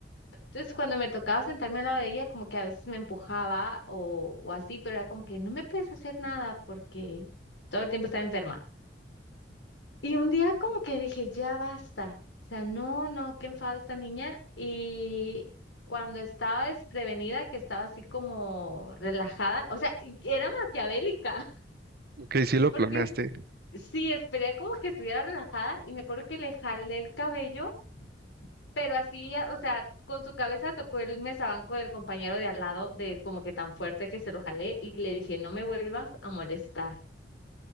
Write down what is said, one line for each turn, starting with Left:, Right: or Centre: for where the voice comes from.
Left: entonces cuando me tocaba sentarme al lado de ella, como que a veces me empujaba o, o así, pero era como que no me puedes hacer nada porque todo el tiempo estaba enferma. Y un día como que dije, ya basta. O sea, no, no, qué enfado esta niña. Y cuando estaba desprevenida, que estaba así como relajada, o sea, y era maquiavélica,
Right: Que
Left: <laughs>
Right: sí lo
Left: porque
Right: planeaste.
Left: es- sí, esperé como que estuviera relajada y me acuerdo que le jalé el cabello, pero así, a- o sea, con su cabeza tocó el mesabanco del compañero de al lado, de como que tan fuerte que se lo jalé y le dije, no me vuelvas a molestar. <laughs>